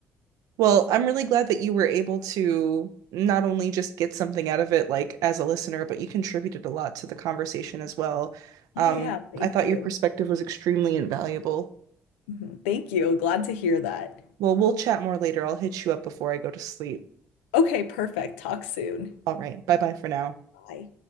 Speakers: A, on the right; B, on the left.
A: Well, I'm really glad that you were able to not only just get something out of it, like as a listener, but you contributed a lot to the conversation as well. Um,
B: Oh yeah, thank
A: I thought
B: you.
A: your perspective was extremely invaluable.
B: Mhm. Thank you. Glad to hear that.
A: Well, we'll chat more later. I'll hit you up before I go to sleep.
B: Okay, perfect. Talk soon.
A: All right. Bye bye for now.
B: Bye.